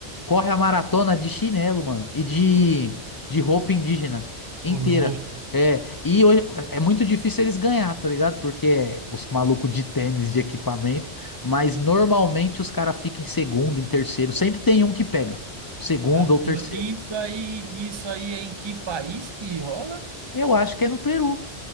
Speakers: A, on the left; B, on the right.
A: correm a maratona de chinelo, mano, e de, de roupa indígena inteira.
B: ô louco.
A: É, e hoje, é muito difícil eles ganhar, tá ligado? Porque é os malucos de tênis, de equipamento, mas normalmente os caras ficam em segundo, em terceiro, sempre tem um que pega, segundo
B: Caramba,
A: ou terceiro.
B: isso aí, isso aí é em que país que rola?
A: Eu acho que é no Peru.